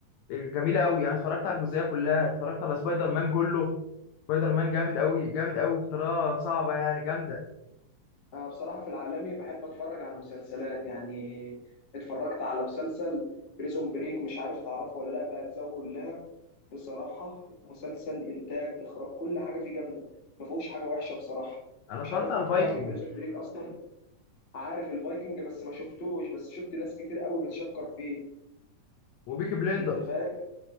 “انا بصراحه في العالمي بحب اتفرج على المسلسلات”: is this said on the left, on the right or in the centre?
Left